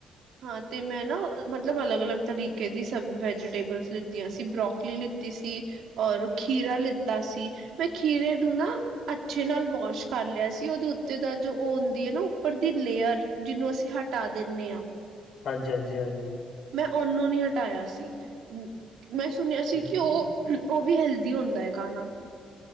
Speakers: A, on the right; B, on the left.
A: ਹਾਂ ਤੇ ਮੈਂ ਨਾ, ਮਤਲਬ ਅਲੱਗ-ਅਲੱਗ ਤਰੀਕੇ ਦੀ ਸਬ ਵੈਜੀਟੇਬਲਸ ਲਿੱਤੀਆਂ ਸੀ, ਬਰੋਕਲੀ ਲਿੱਤੀ ਸੀ। ਔਰ ਖੀਰਾ ਲਿੱਤਾ ਸੀ, ਮੈਂ ਖੀਰੇ ਨੂੰ ਨਾਂ ਅੱਛੇ ਨਾਲ ਵਾਸ਼ ਕਰ ਲਿਆ ਸੀ। ਓਦੇ ਉੱਤੇ ਦਾ ਜੋ ਓ ਹੁੰਦੀ ਐ ਨਾਂ ਉੱਪਰ ਦੀ ਲੇਅਰ, ਜਿਨੂੰ ਅਸੀਂ ਹਟਾ ਦੇਣੇ ਆਂ।
B: ਹਾਂਜੀ, ਹਾਂਜੀ, ਹਾਂਜੀ।
A: ਮੈਂ ਓਨੂੰ ਨੀਂ ਹਟਾਇਆ ਸੀ, ਮੈਂ ਸੁਣਿਆ
B: ਹਾਂਜੀ
A: ਸੀ ਕਿ ਓ ਓ ਵੀ ਹੈਲਦੀ ਹੁੰਦਾ ਐ ਖਾਣਾ,